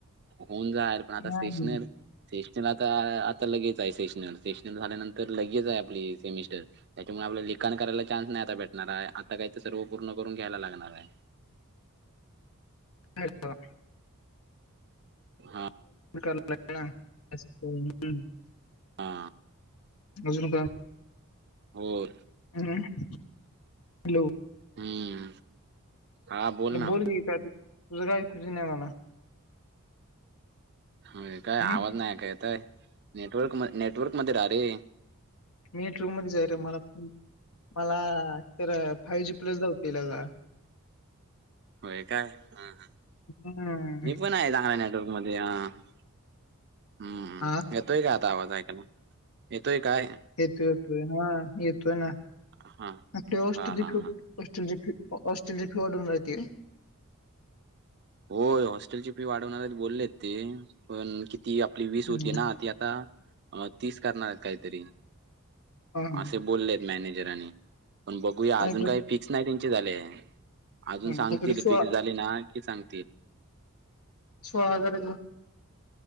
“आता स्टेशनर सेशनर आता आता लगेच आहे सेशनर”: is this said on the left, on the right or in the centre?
Right